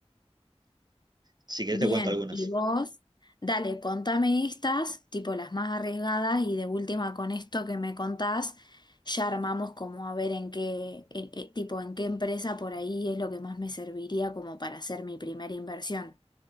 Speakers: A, on the right; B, on the left.
A: Si querés
B: Bien,
A: te cuento algunas.
B: y vos, dale, contame estas, tipo las más arriesgadas, y de última con esto que me contás, ya armamos como a ver en qué, en- eh, tipo en qué empresa por ahí es lo que más me serviría como para hacer mi primera inversión.